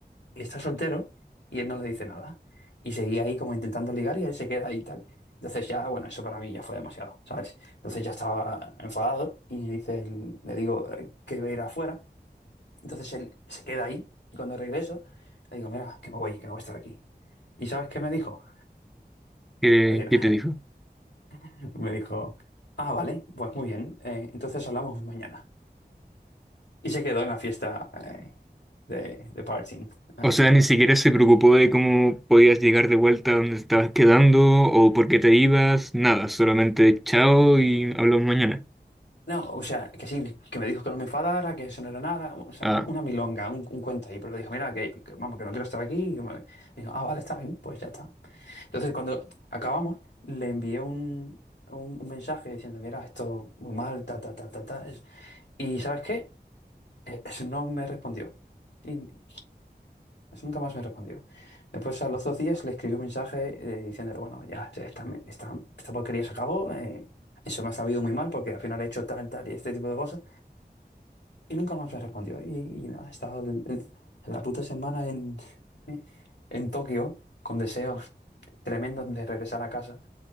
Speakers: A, on the left; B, in the centre.
A: ¿estás soltero? Y él no le dice nada. Y seguía ahí como intentando ligar y él se queda ahí y tal. Entonces ya, bueno, eso para mí ya fue demasiado, ¿sabes? Entonces ya estaba enfadado y le dice, el- le digo eh, que iba a ir afuera. Entonces él se queda ahí y cuando regreso le digo, mira, que me voy, que no voy a estar aquí. ¿Y sabes qué me dijo?
B: que,
A: Así no,
B: que te dijo.
A: <laughs> Me dijo, ah, vale, pues muy bien, eh, entonces hablamos mañana. Y se quedó en la fiesta eh, de, de partying, eh,
B: O sea,
A: así.
B: ni siquiera se preocupó de cómo podías llegar de vuelta a donde estabas quedando o por qué te ibas, nada, solamente chao y hablamos mañana.
A: No, o sea, que sí, que me dijo que no me enfadara, que eso no era nada, o sea,
B: Ah,
A: una milonga, un, un cuento ahí, pero le dijo, mira, que, que vamos, que no quiero estar aquí. Y me- me dijo, ah, vale, está bien, pues ya está. Entonces, cuando acabamos, le envié un, un, un mensaje diciendo, mira, esto muy mal, ta, ta, ta, ta, ta. es Y ¿sabes qué? Eh, Eso no me respondió. Y Eso nunca más me respondió. Después, a los dos días, le escribí un mensaje eh, diciéndole, bueno, ya, ya esta, esta, esta porquería se acabó. eh, eso me ha sabido muy mal porque al final he hecho tal, tal y este tipo de cosas. Y nunca más me respondió. Y, y nada, he estado el- el- la puta semana en, eh, en Tokio con deseos tremendos de regresar a casa.